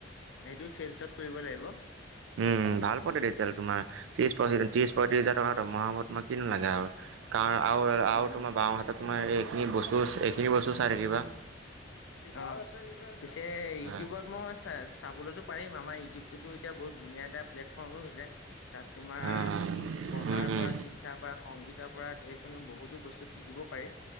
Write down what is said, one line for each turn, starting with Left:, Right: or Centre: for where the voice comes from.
Left: <unintelligible> চেলচত কৰিব লাগিব।
Right: উম উম ভাল পথে তেতিয়াহলে তোমাৰ ত্ৰিশ পঁয়ত্ৰিশ হাজাৰ টকা দৰমহা হব তোমাৰ কিনো লাগে আৰু। কাৰণ আৰু আৰু
Left: উম।
Right: তোমাৰ বাওঁহাতত তোমাৰ এইখিনি বস্তু এইখিনি বস্তু চাই থাকিবা।
Left: অ পিছে ইউটিউবত
Right: অ',
Left: মই চা চাবলৈতো পাৰিম আমাৰ ইউটিউবটোতো এতিয়া বহুত ধুনীয়া এটা প্লেটফৰ্ম হৈ গৈছে। তাত তোমাৰ
Right: অ',
Left: পঢ়াৰ
Right: উম,
Left: পৰা
Right: উম,
Left: শিক্ষাৰ পৰা সংগীত তাত সেইকোনো বহুতো বস্তু শিকিব পাৰি।